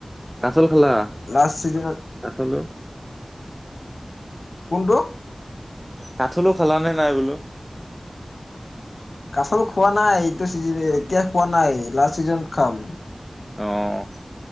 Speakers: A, in the centre; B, on the left (about 90°).
A: <unintelligible> <unintelligible> খালা?
B: লাষ্ট চিজনত
A: <unintelligible>
B: কোনটো?
A: কাঠলো খালা নে নাই বোলো?
B: কাঠল খোৱা নাই, এইটো চিজন। এতিয়া খোৱা নাই। লাষ্ট চিজনত খাম।
A: অ'।